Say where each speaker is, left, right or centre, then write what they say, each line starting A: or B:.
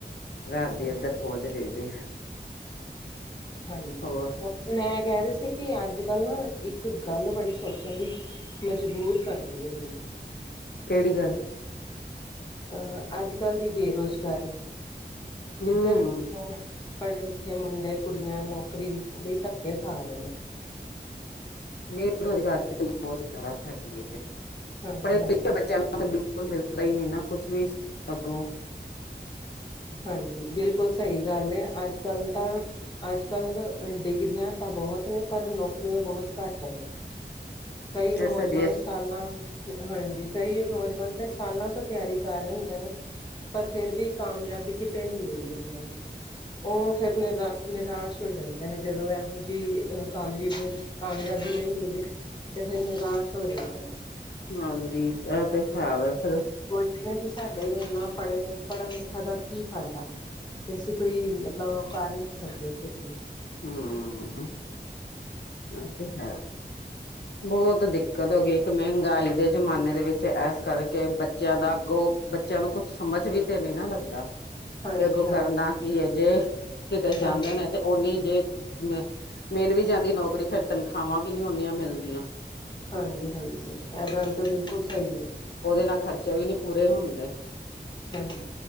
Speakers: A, on the left; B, on the left.
A: ਰਾਤ ਦੀ
B: ਹਾਂਜੀ
A: ਇਧਰ ਪਹੁੰਚ ਗਈ ਦੀ।
B: ਹਾਂਜੀ
A: ਹੋਰ
B: ਮੈਂ ਕਹਿ ਰਹੀ ਸੀ ਕਿ, ਅੱਜ ਕੱਲ ਨਾ ਇੱਕ ਗੱਲ ਬੜੀ ਛੇ। ਸੋਚਣ ਲਈ ਮਜਬੂਰ ਕਰਦੀ ਏ ਮਿਨੂੰ।
A: ਕਿਹੜੀ ਗੱਲ।
B: ਅਹ ਅੱਜ ਕੱਲ ਦੀ, ਬੇਰੋਜ਼ਗਾਰੀ
A: ਹੂੰ
B: ਕਿੱਧਰ ਪਹੁਚ। ਪੜ੍ਹੇ - ਲਿਖੇ ਮੁੰਡੇ ਕੁੜੀਆਂ ਨੌਕਰੀ ਲਈ ਧੱਕੇ ਖਾ ਰਹੇ ਨੇ।
A: ਬੇਰੋਜ਼ਗਾਰੀ ਤਾਂ ਬਹੁਤ ਜ਼ਿਆਦਾ ਹੈਗੀ ਹੈ।
B: ਹਾਂਜੀ
A: ਪੜੇ ਲਿਖੇ
B: ਹਾਂਜੀ
A: ਬੱਚਿਆਂ ਨੁ। ਤਾਂ ਬਿਲਕੁਲ ਮਿਲਦਾ ਹੀ ਨੀ ਨਾ ਕੁਛ ਵੀ ਅੱਗੋਂ।
B: ਹਾਂਜੀ ਬਿਲਕੁੱਲ ਸਈ ਗੱਲ ਏ ਅੱਜ-ਕੱਲ ਤਾਂ ਅੱਜ-ਕੱਲ ਡਿਗਰੀਆਂ ਤਾਂ ਬਹੁਤ ਨੇ ਪਰ ਨੌਕਰੀਆਂ ਬਹੁਤ ਘੱਟ ਨੇ। ਕਈ ਨੌਜਵਾਨ
A: ਇਹ ਸਾਡੇ
B: ਸਾਲਾਂ, ਹਾਂਜੀ ਕਈ ਨੌਜਵਾਨ 'ਤੇ ਸਾਲਾਂ ਤੋਂ ਤਿਆਰੀ ਕਰ ਰੇ ਹੁੰਦੇ ਨੇ। ਪਰ ਫੇਰ ਵੀ ਕਾਮਯਾਬੀ ਕਿਤੇ ਨੀ ਮਿਲਦੀ ਉਨਾਂ ਨੂੰ। ਓ ਫਿਰ ਨਿਰਾ ਨਿਰਾਸ਼ ਹੋ ਜਾਂਦੇ ਨੇ ਜਦੋਂ ਇਹੋ ਜੀ ਕਾਮਜੀ ਕਾਮਯਾਬੀ ਨਈ ਮਿਲਦੀ 'ਤੇ ਫੇਰ ਨਿਰਾਸ਼ ਹੋ ਜਾਂਦਾ ਨੇ।
A: ਹਾਂਜੀ ਐ 'ਤੇ ਹੈ ਵੇ ਫਿਰ।
B: ਕੋਈ ਵੀ ਐ ਕੀ ਸਾਡੇ ਇੰਨਾ ਪੜ ਗੇ ਪੜਨ ਲਿਖਿਆ ਦਾ ਕੀ ਫਾਇਦਾ 'ਤੇ ਅਸੀਂ ਕੋਈ ਮਤਲਬ ਕਰ ਈ ਨੀ ਸਕਦੇ ਕੁਛ ਵੀ।
A: ਹੂੰ, ਏ 'ਤੇ ਹੈ, ਬੋਤ ਦਿ ਕਤ ਹੋਗੀ ਇੱਕ ਮਹਿੰਗਾਈ ਦੇ ਜ਼ਮਾਨੇ ਦੇ ਵਿੱਚ ਇਸ ਕਰਕੇ ਬੱਚਿਆਂ ਦਾ ਅੱਗੋ ਬੱਚਿਆਂ ਨੂੰ ਕੁਛ ਸਮਝ ਵੀ 'ਤੇ ਨੀ ਨਾ ਲੱਗਦਾ।
B: ਹਾਂਜੀ
A: ਵੇ ਅੱਗੋਂ
B: ਹਾਂਜੀ
A: ਕਰਨਾ ਕੀ ਏ ਜੇ ਕਿਤੇ
B: ਹਾਂਜੀ
A: ਜਾਂਦੇ ਨੇ 'ਤੇ ਉਨੀ ਜੇ ਮ ਮਿਲ ਵੀ ਜਾਂਦੀ ਨੌਕਰੀ ਫੇਰ ਤਨਖਾਵਾਂ ਵੀ ਨੀ ਉਨੀਆਂ ਮਿਲਦੀਆਂ।
B: ਹਾਂਜੀ-ਹਾਂਜੀ ਐ ਗੱਲ ਤਾਂ ਬਿਲਕੁੱਲ ਸਈ ਐ।
A: ਉਦੇ ਨਾਲ ਖ਼ਰਚੇ ਵੀ ਨੀ ਪੂਰੇ ਹੁੰਦੇ।
B: ਹਾਂਜੀ।